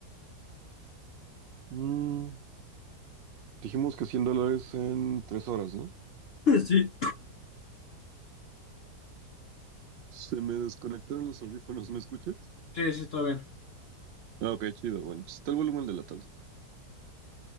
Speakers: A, on the right (about 75°); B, on the left (about 75°).
A: mm, dijimos que cien dólares en 3 horas, ¿no?
B: Sí,
A: Se me desconectaron los audífonos, ¿me escuchas?
B: sí, sí, todo bien.
A: Ah, ok, chido, bueno, pues está el volumen de la tablet.